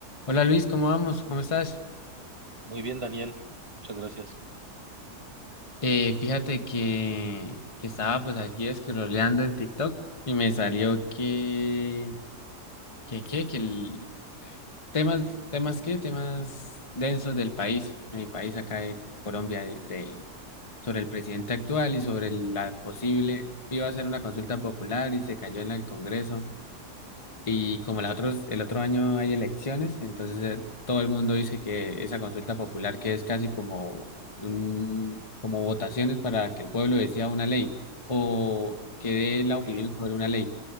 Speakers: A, on the left (about 20°); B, on the right (about 30°).
A: Hola Luis, ¿cómo vamos? ¿Cómo estás?
B: Muy bien, Daniel. Muchas gracias.
A: Eh, fíjate que, que estaba pues aquí scrolleando en TikTok y me salió que, que, que, que el- temas, temas qué, temas densos del país, de mi país acá de Colombia, de, de- sobre el presidente actual y sobre la posible, iba a hacer una consulta popular y se cayó en el Congreso. Y como las otros, el otro año hay elecciones, entonces eh, todo el mundo dice que esa consulta popular que es casi como un, como votaciones para que el pueblo decida una ley o que dé la
B: Ok,
A: opinión sobre una ley.